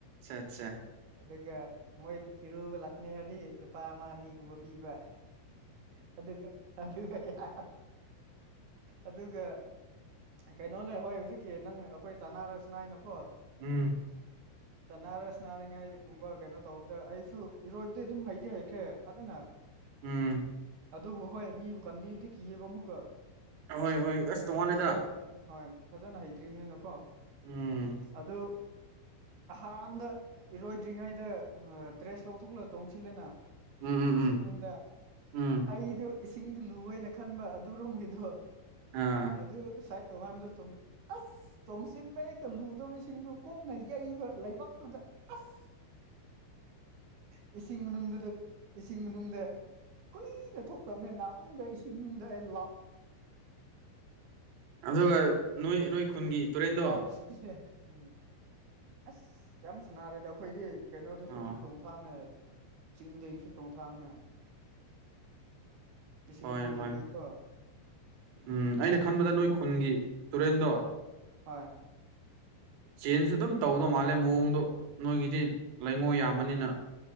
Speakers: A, on the right; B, on the right.
A: ꯑ ꯑꯠꯆꯥ
B: ꯑꯗꯨꯒ ꯃꯣꯏ ꯏꯔꯨꯕ ꯂꯥꯛꯅꯤ ꯍꯥꯏꯔꯗꯤ ꯂꯨꯄꯥ ꯑꯃ ꯑꯅꯤꯒꯨꯝꯕ ꯄꯤꯕ ꯑꯗꯨ ꯑꯗꯨꯒ ꯌꯥ ꯑꯗꯨꯒ ꯀꯩꯅꯣꯅꯦ ꯍꯣꯏ ꯍꯧꯖꯤꯛꯀꯤ ꯅꯪ ꯑꯩꯈꯣꯏ ꯇꯥꯟꯅꯔꯁꯨ ꯅꯥꯏꯅꯀꯣ
A: ꯎꯝ
B: ꯇꯅꯥꯔꯁꯅꯥꯔꯤꯉꯥꯏꯒꯨꯝꯕ ꯀꯩꯅꯣ ꯇꯧꯕꯗ ꯑꯩꯁꯨ ꯏꯔꯣꯏꯕꯗꯤ ꯑꯗꯨꯝ ꯍꯩꯗꯤ ꯍꯩꯈ꯭ꯔꯦ ꯐꯖꯅ
A: ꯎꯝ
B: ꯑꯗꯨꯕꯨ ꯍꯣꯏ ꯃꯤꯕꯨ ꯀꯟꯕꯤꯕꯗꯤ ꯀꯤꯑꯕ ꯑꯃꯨꯛꯀ
A: ꯍꯣꯏ ꯑꯁ
B: ꯍꯣꯏ
A: ꯇꯣꯡꯉꯥꯜꯂꯦꯗ
B: ꯐꯖꯅ ꯀꯩꯅꯣ ꯍꯣꯏ ꯐꯖꯅ ꯍꯩꯇ꯭ꯔꯤꯕꯝꯅꯤꯅꯀꯣ
A: ꯎꯝ
B: ꯑꯗꯨ ꯑꯍꯥꯟꯗ ꯏꯔꯣꯏꯗ꯭ꯔꯤꯉꯩꯗ ꯗ꯭ꯔꯦꯁ ꯂꯧꯊꯣꯛꯂ ꯆꯣꯡꯁꯤꯜꯂꯦꯅ
A: ꯎꯝ ꯎꯝ
B: ꯏꯁꯤꯡ
A: ꯎꯝ
B: ꯅꯨꯡꯗ
A: ꯎꯝ
B: ꯑꯩꯗꯨ ꯏꯁꯤꯡꯗꯨ ꯂꯨꯦꯅ ꯈꯟꯕ ꯑꯗꯨꯔꯣꯝꯒꯤꯗꯣ
A: ꯑꯥ
B: ꯑꯗꯨ ꯁꯥꯏꯠ ꯇꯣꯉꯥꯟꯗ ꯑꯁ ꯆꯣꯡꯁꯤꯟꯕ ꯍꯦꯛꯇ ꯂꯨꯗꯕꯁꯤꯡꯗꯨꯣ ꯀꯣꯛꯅ ꯌꯛꯩꯕ ꯂꯩꯕꯛ ꯑꯗꯨꯗ ꯑꯁ ꯏꯁꯤꯡ ꯃꯅꯨꯡꯗꯨꯗ ꯏꯁꯤꯡ ꯃꯅꯨꯡꯗ ꯀꯨꯏꯅ ꯊꯣꯛꯇꯕꯅꯤ ꯅꯥꯑꯟꯗ ꯏꯁꯤꯡ ꯃꯅꯨꯡꯗ ꯑꯩ ꯂꯥꯎ
A: ꯑꯗꯨꯒ ꯅꯣꯏ ꯅꯣꯏ ꯈꯨꯟꯒꯤ ꯇꯨꯔꯦꯟꯗꯣ
B: ꯥꯎ ꯎꯝ ꯑꯁ ꯌꯥꯝ ꯁꯅꯔꯦꯗ ꯑꯩꯈꯣꯏꯗꯤ ꯀꯩꯅꯣꯗꯁꯨ
A: ꯑꯥ
B: ꯆꯣꯡꯊꯥꯝꯅꯦ ꯆꯤꯡꯗꯩꯁꯨ ꯆꯣꯡꯊꯥꯝꯅꯦ ꯏꯁꯤꯡꯗꯨ
A: ꯍꯣꯏ
B: ꯂꯨꯕꯩꯀꯣ
A: ꯍꯣꯏ ꯎꯝ ꯑꯩꯅ ꯈꯟꯕꯗ ꯅꯣꯏ ꯈꯨꯟꯒꯤ ꯇꯨꯔꯦꯟꯗꯣ
B: ꯍꯣꯏ
A: ꯆꯦꯟꯖ ꯑꯗꯨꯝ ꯇꯧꯗꯧ ꯃꯥꯜꯂꯦ ꯃꯑꯣꯡꯗꯣ ꯅꯣꯏꯒꯤꯗꯤ ꯂꯩꯉꯣ ꯌꯥꯝꯕꯅꯤꯅ